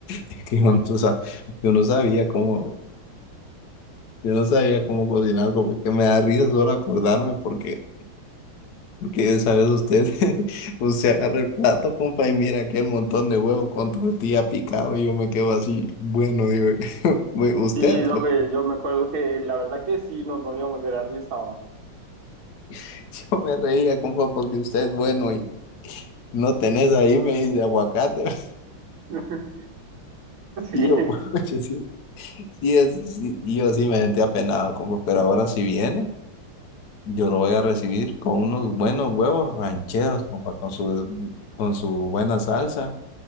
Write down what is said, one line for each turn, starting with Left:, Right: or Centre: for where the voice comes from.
Left: Es que yo no, sa- yo no sabía cómo, yo no sabía cómo cocinar, compa. Que me da risa solo acordarme porque, porque sabes usted, <laughs> usted agarra el plato, compa, y mira aquel montón de huevo con tortilla picado y yo me quedo así, bueno, digo, <laughs> "Güey, usted,
Right: Sí, yo
Left: pues.
Right: me, yo me acuerdo que la verdad que sí, nos moríamos de la risa. va.
Left: <laughs> Yo me reía, compa, porque usted es bueno no tenés ahí, me dice aguacate. <laughs>
Right: <laughs> Sí,
Left: Y yo, pucha, sí, sí es, sí. Y yo sí me sentí apenado, como, pero ahora si viene, yo lo voy a recibir con unos buenos huevos rancheros, compa, con su, con su buena salsa.